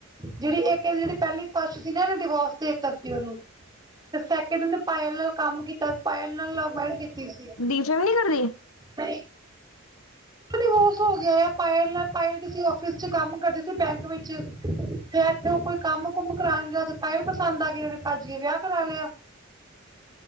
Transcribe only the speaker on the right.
ਜਿਹੜੀ ਇੱਕ ਜਿਹੜੀ ਪਹਿਲੀ ਫਸਟ ਸੀ ਨਾ ਇਹਨੇ ਡਿਵੋਰਸ ਤੇ ਦਿੱਤਾ ਸੀ ਉਹਨੂੰ ਤੇ ਸੈਕਿੰਡ ਉਹਨੇ ਪਾਇਲ ਨਾਲ ਕੰਮ ਕੀਤਾ ਪਾਇਲ ਨਾਲ ਮੈਰਿਜ ਕੀਤੀ ਸੀ
ਨਹੀਂ। ਡਿਵੋਰਸ ਹੋ ਗਿਆ ਆ ਪਾਇਲ ਨਾਲ ਪਾਇਲ ਕਿਸੇ ਆਫਿਸ ਚ ਕੰਮ ਕਰਦੀ ਸੀ ਬੈਂਕ ਵਿੱਚ ਤੇ ਇੱਥੇ ਉਹ ਕੋਈ ਕੰਮ ਕੁਮ ਕਰਾਉਣ ਜਦ ਪਾਇਲ ਪਸੰਦ ਆ ਗਈ ਉਹਨੇ ਭੱਜ ਕੇ ਵਿਆਹ ਕਰਾ ਲਿਆ